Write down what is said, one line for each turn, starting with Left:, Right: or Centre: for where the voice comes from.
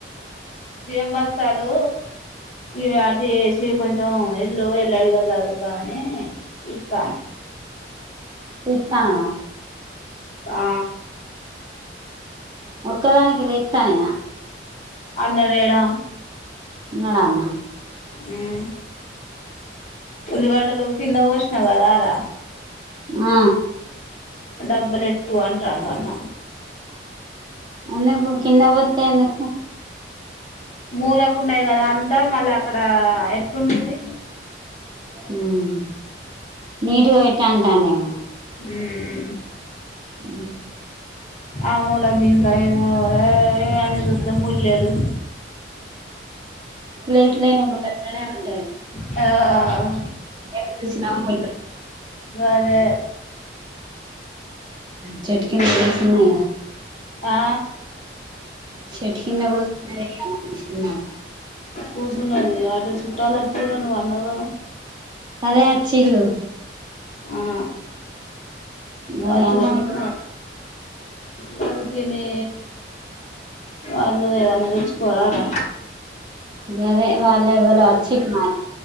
Left: బియ్యం బస్తాలు ఇవి ఆటి వేసి కొంచెం ఇల్లు ఇల్లుడిగా జగూదం అని చూస్తాన
Right: తితన్నావ
Left: ఆ
Right: ఒక్కదానికి లేస్తనాయ
Left: అన్నాలేడా
Right: ఉన్నడన్న
Left: ఉమ్ ఉల్లి వాడాలో కింద వోశ్ననవ్ కదా రా
Right: ఆ
Left: డబ్బులు ఎత్తు అడండా అన్న
Right: ఎందుకు కింద పోతే ఎందుకు
Left: మూలాకు ఉన్నాయి కదా అంతా మళ్ళీ అక్కడ ఎట్లుండది
Right: అమ్ నీరు పోయిట్టాంటానదేమో
Left: ఉమ్
Right: అమ్
Left: ఆ మూల ఇంత ఈ మూల అన్ని దత్త మూల్యలు
Right: ప్లేస్ లేనప్పుడు ఉంటే
Left: ఆ
Right: మేలో తీసి నార్మల్ గా పెట్టి
Left: అదే
Right: చఠకిని నువ్వు
Left: చూసిన
Right: వీసుకున్నా గా
Left: ఆ
Right: చెట్టు కింద కూర్చునే ఎక్కాల బస్తునే ఇన్నా వా
Left: కూర్సున్నది అటు చుట్టాలు వచ్చిడం ను వన్నవుదా
Right: అరే వచ్చిలు
Left: ఆ
Right: గదే
Left: అచ్చి
Right: అందుకే
Left: నాంక తను తినే అళ్ళు ఏదైనా తెచి పోరారా
Right: ఇ అదే వాళ్ళవలే అచ్చి మరి